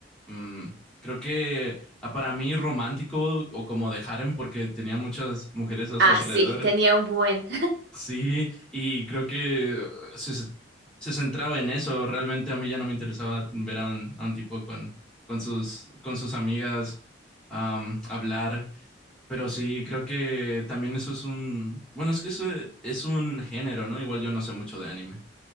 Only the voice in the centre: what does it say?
mm, creo que ah, para mí romántico o como de harem porque tenía muchas mujeres a
su alrededor
Sí, y creo que eh, se, se centraba en eso. Realmente a mí ya no me interesaba ver a un, a un tipo con, con sus, con sus amigas am, hablar. Pero sí, creo que también eso es un, bueno, es que eso e, es un género, ¿no? Igual yo no sé mucho de anime.